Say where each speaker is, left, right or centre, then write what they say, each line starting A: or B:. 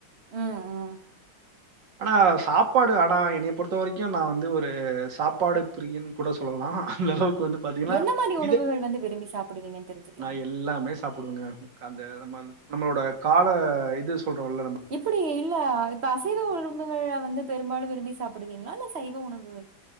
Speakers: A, on the right (about 35°); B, on the right (about 65°).
A: ம் ம்
B: ஆனா சாப்பாடு ஆனா என்னைய பொறுத்த வரைக்கு நா வந்து ஒரு சாப்பாடு பிரியன் கூட சொல்லலா அந்த அளவுக்கு வந்து பாத்தீங்கன்னா
A: என்ன மாரி உணவுகள்
B: இதை
A: வந்து விரும்பி சாப்பிடுவீங்கன்னு தெரிஞ்சுக்கலாமா
B: நா எல்லாமே சாப் சாப்டுவேங்க அந்த நம்ம நம்மளோட கால இது சொல்றோல்ல நம்
A: எப்டி இல்ல இப்ப அசைவ உணவுகள்ள வந்து பெரும்பாலு விரும்பி சாப்டுவீங்களா இல்ல சைவ உணவு